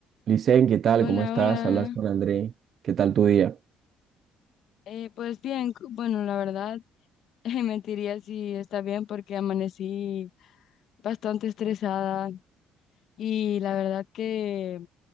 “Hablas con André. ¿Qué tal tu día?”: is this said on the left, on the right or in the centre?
Right